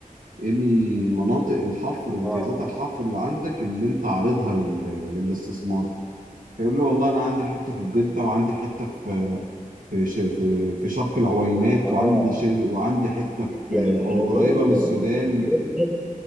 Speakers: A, on the right (about 70°); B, in the centre.
A: ايه اللي مناطق الحفر امتيازات
B: اه
A: الحفر اللي عندك اللي انت عارضها لل... للاستثمار فيقول له والله انا عندي حته في الدلتا وعندي حته في في ش- في في شرق العوينات
B: اه
A: وعندي ش... وعندي حته في
B: يعني
A: آه،
B: هو
A: قريبه من السودان
B: بيبحث